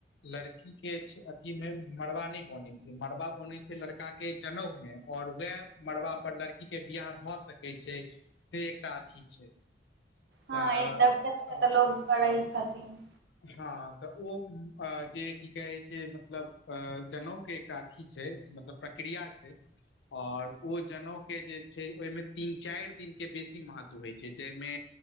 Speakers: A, on the left; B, on the right.
A: लड़की के अथी लेल मरबा नै होई छै, मड़बा बनै छै लड़का के जनउ मे, और वह मड़बा पर लड़ के, बियाह भए सकै छै, से एकटा अथी छै।
B: हँ
A: तऽ
B: एतऽ कतऽ -कतऽ
A: अ,
B: लोग करै छथिन।
A: हँ, तऽ ओ जे की कहै छै, मतलब जनेउ के एकटा अथी छै, मतलब प्रक्रिया छै। आओर ओ जनेउके जे छै, ओहिमे तीन- चारि दिनके बेसी महत्व होइत छै, जाहिमे